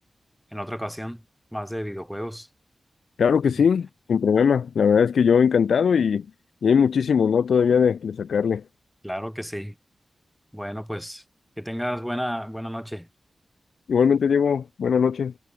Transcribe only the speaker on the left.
claro que
sí, sin problema. La verdad es que yo encantado y, y hay muchísimo, ¿no? Todavía de de sacarle.
Igualmente, Diego, buenas noches.